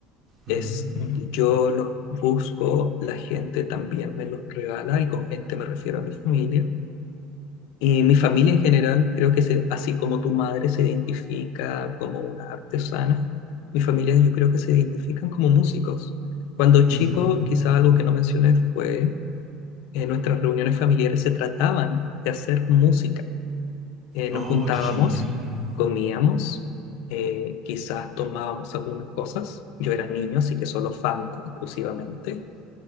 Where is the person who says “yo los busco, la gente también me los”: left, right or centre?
Left